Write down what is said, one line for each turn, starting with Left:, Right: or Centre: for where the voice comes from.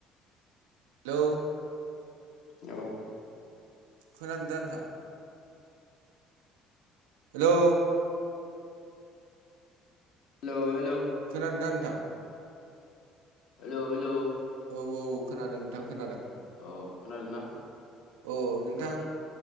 Right: हेलौ
Left: औ
Right: खोनादों दा नोंथां? हेलौ!
Left: Hello hello!
Right: खोनादोंना नोंथां?
Left: हेल' हेल'!
Right: औ औ खोनादों नोंथां खोनादों।
Left: अ खोनादो ना?
Right: अ नोंथां
Left: औ